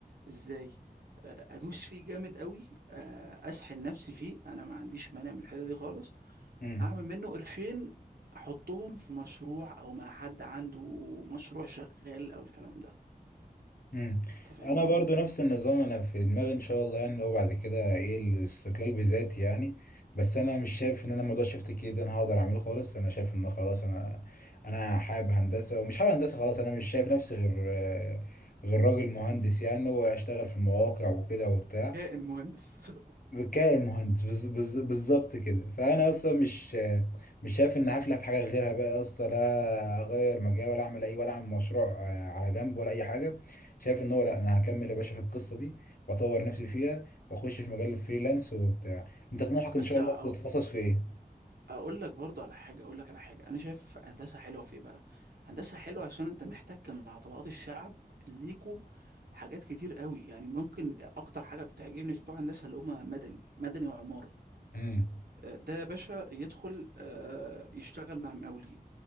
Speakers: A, on the right; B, on the left.
A: ازاي آه ادوس فيه جامد قوي آه اسحل نفسي فيه انا ما عنديش مانع من الحته دي خالص
B: ده؟
A: اعمل منه قرشين احطهم في مشروع او مع حد عنده مشروع شغال او الكلام ده
B: مم.
A: انت فاهمني
B: انا برضو نفس النظام انا في دماغي ان شاء الله يعني اللي هو بعد كده ايه الاستقلال بذاتي يعني بس انا مش شايف ان انا موضوع شفت كي ده انا هقدر اعمله خالص انا شايف ان خلاص انا انا حابب هندسه ومش حابب هندسه خلاص انا مش شايف نفسي غير آه، غير راجل مهندس يعني واشتغل في المواقع وكده وبتاع
A: كائن مهندس
B: كائن مهندس بز- بز- بالظبط كده فانا اصلا مش مش شايف ان هفلح في حاجه غيرها بقى اصلا لا اغير مجال ولا اعمل اي ولا اعمل مشروع آه، على جنب ولا اي حاجه شايف ان هو لا انا هكمل يا باشا في القصه دي واطور نفسي فيها واخش في مجال الفريلانس وبتاع انت طموحك
A: <laughs>
B: ان
A: بس
B: شاء
A: أ-
B: الله تتخصص في ايه
A: اقول لك برضو على حاجه اقول لك على حاجه انا شايف هندسه حلوه في ايه بقى هندسه حلوه عشان انت محتك مع طبقات الشعب ليكوا حاجات كتير قوي يعني ممكن اكتر حاجه بتعجبني في بتوع هندسه اللي هم مدني مدني وعماره
B: امم
A: آه، ده يا باشا يدخل آه، يشتغل مع مقاولين